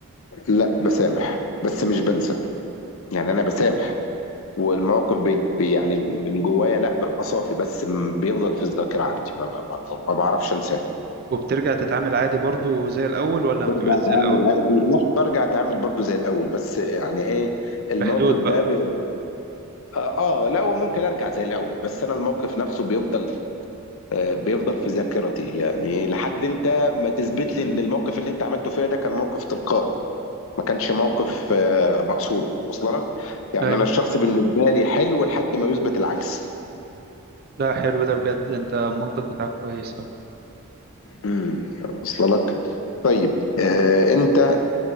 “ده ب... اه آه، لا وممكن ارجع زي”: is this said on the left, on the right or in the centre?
Left